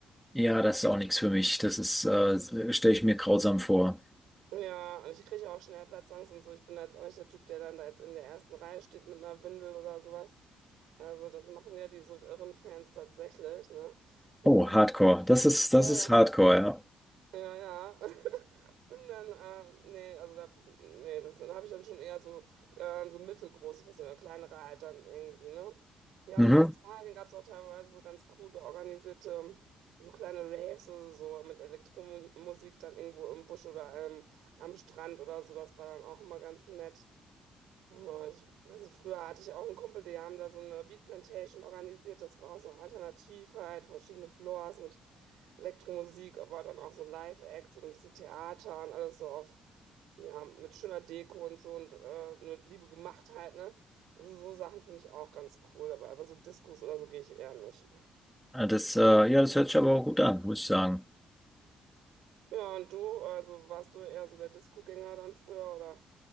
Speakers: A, in the centre; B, on the right.
A: Ja, das ist auch nichts für mich. Das ist, äh, stelle ich mir grausam vor.
B: Ja, und ich kriege auch schnell Platzangst und so. Ich bin da jetzt auch nicht der Typ, der dann da jetzt in der ersten Reihe steht mit einer Windel oder sowas. Also das machen ja diese irren Fans tatsächlich, ne? Ja.
A: Oh, Hardcore. Das ist, das
B: Ja,
A: ist
B: ja.
A: Hardcore, ja.
B: Ja, ja. <laughs> Und dann, äh, nee, also da, nee, das, da habe ich dann schon eher so, äh, so mittelgroße Feste oder kleinere halt dann irgendwie, ne? Ja,
A: Mhm.
B: und in Australien gab es auch teilweise so ganz coole, organisierte, so kleine Raves, also so mit Elektromusik dann irgendwo im Busch oder ähm, am Strand oder so. Das war dann auch immer ganz nett. Ja, ich weiß nicht, früher hatte ich auch einen Kumpel, die haben da so eine Beat Plantation organisiert. Das war auch so eine Alternative, halt verschiedene Floors mit Elektromusik, aber dann auch so Live-Acts und ein bisschen Theater und alles so auf, ja, mit schöner Deko und so und äh, mit Liebe gemacht halt, ne? Also so Sachen finde ich auch ganz cool, aber, aber so Diskos oder so gehe ich eher nicht.
A: Ah, Das, äh, ja, das hört sich aber auch gut an, muss ich sagen.
B: Ja, und du, also warst du eher so der Disco-Gänger dann früher oder